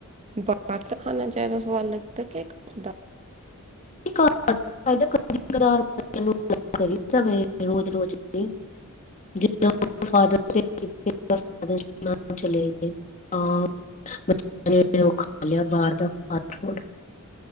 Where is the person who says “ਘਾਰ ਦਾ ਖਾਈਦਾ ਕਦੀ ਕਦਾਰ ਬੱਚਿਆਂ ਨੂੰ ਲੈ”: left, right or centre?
Left